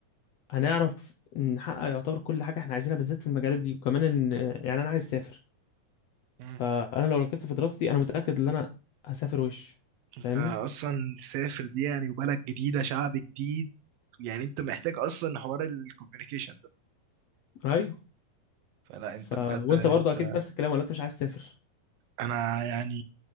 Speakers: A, on the left (about 70°); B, on the right (about 85°).
A: هنعرف نحقق يعتبر كل حاجه احنا عايزينها بالذات في المجالات دي وكمان ان يعني انا عايز اسافر
B: مم.
A: فانا لو ركزت في دراستي انا متاكد ان انا هسافر وش
B: انت
A: فاهمني
B: اصلا سافر دي يعني وبلد جديده شعب جديد يعني انت محتاج اصلا حوار الكوميونيكيشن
A: ايوه
B: فلا انت
A: ف
B: بجد
A: وانت
B: انت
A: برضه اكيد نفس الكلام ولا انت مش عايز تسافر
B: انا يعني